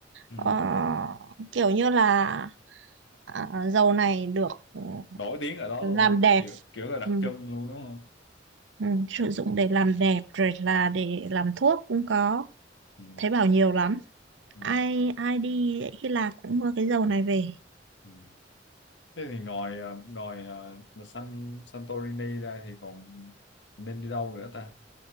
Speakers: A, on the left; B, on the right.
A: ừ.
B: Ờ, kiểu như là à, dầu này được ừ,
A: nổi tiếng ở đó
B: làm
A: luôn á
B: đẹp
A: kiểu kiểu là đặc
B: ừ.
A: trưng luôn đúng không
B: Ừ, sử dụng để làm đẹp rồi là để làm thuốc cũng có
A: ừ.
B: thấy bảo nhiều lắm
A: Ừ.
B: ai ai đi Hy Lạp cũng mua cái dầu này về
A: Ừ. thế thì ngoài ờ, ngoài ờ, là San Santorini ra thì còn nên đi đâu nữa ta